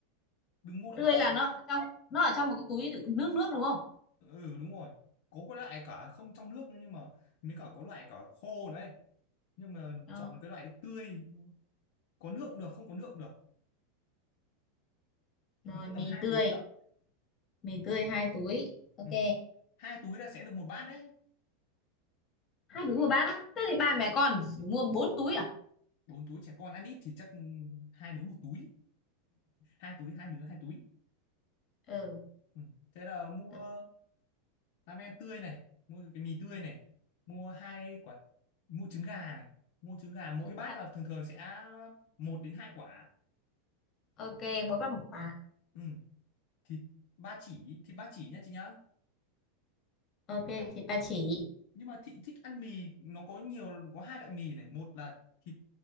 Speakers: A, on the left; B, on the left.
A: đừng mua loại
B: tươi
A: khô
B: là nó ở trong nó ở trong một cái túi đựng nước nước đúng không
A: ừ đúng rồi có cái loại cả không trong nước nữa nhưng mà mới cả có loại cả khô đấy nhưng mà
B: ừ.
A: chọn cái loại tươi có nước cũng được không có nước cũng được
B: rồi
A: mua
B: mì
A: tầm hai
B: tươi
A: túi chả
B: mì tươi hai túi ok
A: ừ hai túi là sẽ được một bát đấy
B: hai túi một bát á thế thì ba mẹ con phải mua bốn túi à
A: bốn túi trẻ con ăn ít thì chắc hai đứa một túi hai túi hai đứa hai túi
B: ừ,
A: ừ. thế là mua
B: ừ
A: ramen tươi này mua cái mì tươi này mua hai quả mua trứng gà này mua trứng gà mỗi
B: chúng
A: bát
B: ta
A: là thường thường sẽ một đến hai quả
B: ok mỗi bát một quả
A: ừ. thì ba chỉ thì ba chỉ nhá chị nhá
B: ok thịt ba chỉ
A: nhưng mà thị thích ăn mì nó có nhiều có hai loại mì này một là thịt